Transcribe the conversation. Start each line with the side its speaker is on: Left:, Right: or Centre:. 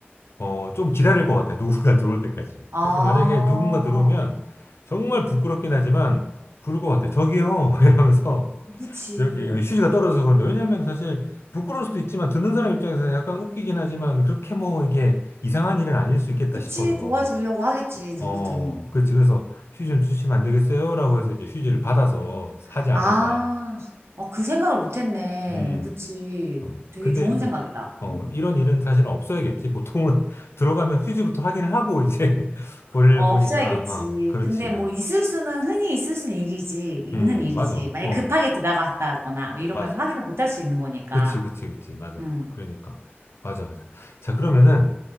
Left: 어, 좀 기다릴 것 같아요. 누군가 <laughs> 들어올 때까지.
Right: 아, 어,
Left: 그래서 만약에 누군가 들어오면 정말 부끄럽긴 하지만 부를 것 같아요. 저기요! <laughs> 이러면서
Right: 그치.
Left: 저기 휴지가 떨어져서 그런데 왜냐하면 사실 부끄러울 수도 있지만 듣는 사람 입장에서 약간 웃기긴 하지만 그렇게 뭐 이게 이상한 일은 아닐 수 있겠다
Right: 그치,
Left: 싶어서
Right: 도와주려고 하겠지, 누구든.
Left: 어, 그렇지. 그래서 휴지 좀 주시면 안 되겠어요? 라고 해서 이제 휴지를
Right: 음.
Left: 받아서 하지 않을까.
Right: 아, 어, 그 생각을 못했네.
Left: 음.
Right: 그치.
Left: 어,
Right: 되게
Left: 근데
Right: 좋은
Left: 음,
Right: 생각이다.
Left: 어,
Right: 응.
Left: 이런 일은 사실 없어야겠지. 보통은 <laughs> 들어가면 휴지부터 확인을 하고 이제 <laughs> 볼일
Right: 어,
Left: 보니까
Right: 없어야겠지.
Left: 어, 그렇지.
Right: 근데 뭐 있을 수는 흔히 있을 수는 일이지. 있는
Left: 음,
Right: 일이지.
Left: 맞아.
Right: 만약
Left: 어,
Right: 급하게 들어갔다거나 뭐 이러면
Left: 맞아.
Right: 확인을 못할 수 있는 거니까.
Left: 그치, 그치, 그치. 맞아.
Right: 응,
Left: 그러니까. 맞아, 맞아. 자, 그러면은